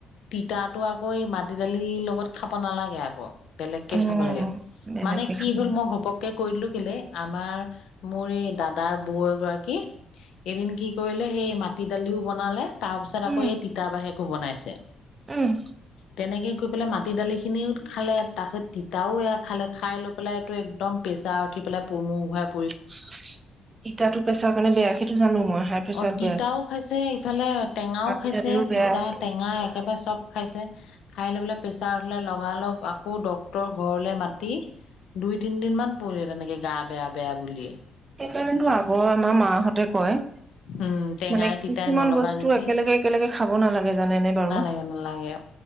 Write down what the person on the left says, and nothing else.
তিতাটো আকৌ এই মাটি-দালি লগত খাব নালাগে আকৌ। বেলেগকে
খাব লাগে,
মানে কি
হ'ল
মই ঘপককে কৈ দিলোঁ লে আমাৰ, মোৰ এই দাদাৰ বৌ এগৰাকী এদিন কি সেই মাটি-দালিও বনালে তাৰ পিছত
আকৌ এই তিতা বাহি বনাইছে।
তেনেকে গৈ পেলাই মাটি দালিখিনিও খালে তাৰপিছত তিতাও এইয়া খালে, খাই লৈ পেলাইতো একদম প্ৰেছাৰ উঠি পেলাই পু-মূৰ ঘূৰায়
অহ, তিতাও
খাইছে, ইফালে টেঙাও
খাইছে,
তিতা-টেঙা
একেবাৰে চব খাইছে। খাই লৈ পেলাই প্ৰেছাৰ উঠিলে লগা লগ আকৌ ডক্তৰক ঘৰলে মাতি, দুই-তিনদিন মান পৰিলে তেনেকে গা বেয়া-বেয়া বুলিয়ে।
উম, টেঙাই-তিতাই
নলবা,
<unintelligible>
নালাগে-নালাগে,